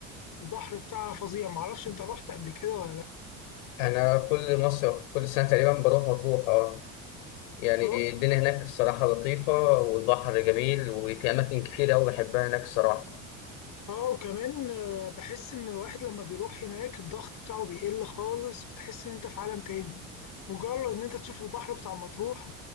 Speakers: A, on the left; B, on the left.
A: البحر بتاعها فظيع معرفش أنت رحت قبل كده ولا لأ.
B: انا كل مصر كل سنة تقريبا بروح مطروح اه يعني
A: خلاص
B: الدنيا هناك الصراحة لطيفة والبحر جميل وفي اماكن كتير قوي بحبها هناك الصراحة
A: اه وكمان آه، بحس ان الواحد لما بيروح هناك الضغط بتاعه بيقل خالص وتحس ان انت في عالم تاني مجرد ان انت تشوف البحر بتاع مطروح